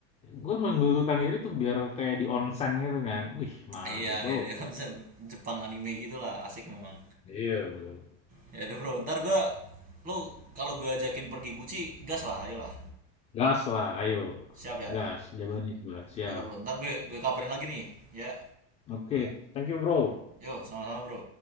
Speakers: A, on the left (about 15°); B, on the right (about 25°).
A: gue menggelulurkan diri tuh biar kayak di onsen gitu kan. Wih, mantep
B: Iya,
A: Bro.
B: kayak di Jepang anime gitulah, asik memang.
A: Iya, Bro.
B: Ya udah, Bro. Ntar gue, lu kalau gue ajakin pergi Gucci, gas lah, ayolah.
A: Gas lah, ayo,
B: Siap ya?
A: gas, jawabannya gua, siap.
B: Ya udah, Bro. Ntar gue gue kabarin lagi nih, ya.
A: Oke, thank you, Bro.
B: Yo, sama-sama, Bro.